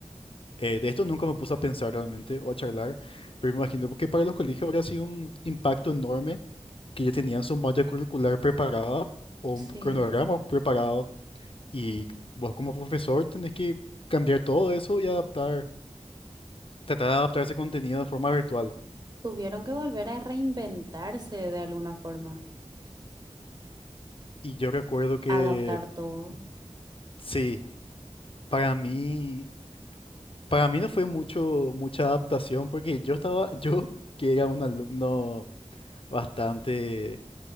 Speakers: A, on the left (about 50°); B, on the right (about 35°).
A: eh, de esto nunca me puse a pensar realmente o a charlar, pero me imagino que para los colegios habría sido un impacto enorme que ya tenían su malla curricular preparada o
B: Sí,
A: un cronograma preparado y vos como profesor tenés que cambiar todo eso y adaptar, tratar de adaptar ese contenido de forma virtual.
B: tuvieron que volver a reinventarse de alguna forma,
A: Y yo recuerdo que
B: adaptar todo. <laughs>
A: sí, para mí... Para mí no fue mucho, mucha adaptación porque yo estaba, <laughs> yo que era un alumno bastante,